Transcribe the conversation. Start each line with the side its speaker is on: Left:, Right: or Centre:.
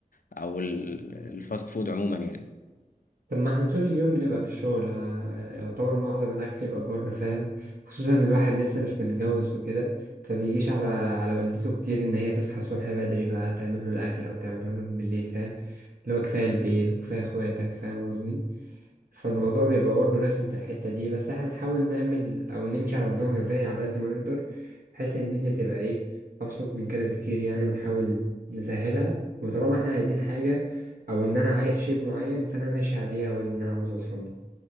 Left: او ال... الفاست فود عموما يعني
Right: طب ما احنا طول اليوم بنبقى في الشغل ع- يعتبر معظم الأكل يبقى بره فاهم خصوصا إن الواحد لسه مش متجوز وكده فبيجيش على على والدته كتير إن هي تصحى الصبح بدري بقى تعمل له الأكل أو تعمله له بالليل فاهم اللي هو كفاية البيت وكفاية إخواتك فاهم قصدي؟ فالموضوع بيبقى برضه رخم في الحتة دي بس احنا بنحاول نعمل أو نمشي على نظام غذائي على قد ما نقدر بحيث إن الدنيا تبقى إيه أبسط من كده بكتير يعني بنحاول نسهلها وطالما احنا عايزين حاجة أو إن أنا عايز شيب معين فأنا ماشي عليه أو إن أنا عاوز أوصل له